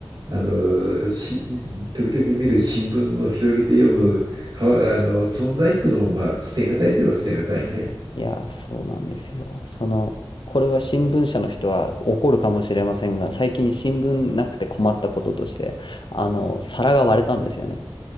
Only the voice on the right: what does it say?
あのし時々見る新聞の広げて読むかあの存在っていうのも、まあ、捨てがたいといえば捨てがたいね。